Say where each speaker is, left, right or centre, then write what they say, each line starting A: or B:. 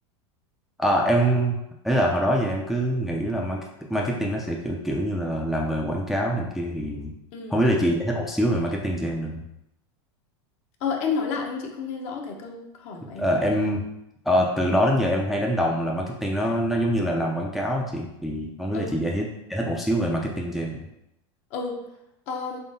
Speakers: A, in the centre; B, on the left.
A: à, em... Ý là hồi đó giờ em cứ nghĩ là market- marketing nó sẽ kiểu, kiểu như là làm về quảng cáo này kia thì...
B: Ừ.
A: Không biết là chị giải thích một xíu về marketing cho em được. không?
B: Ờ em nói lại đúng không? Chị không nghe rõ cái câu hỏi của
A: Ờ, em... Ờ, từ đó đến giờ em hay đánh đồng là marketing nó nó giống như là làm quảng cáo á chị. Thì không biết
B: em.
A: là chị giải thích giải thích một xíu về marketing cho em.
B: Ừ, um,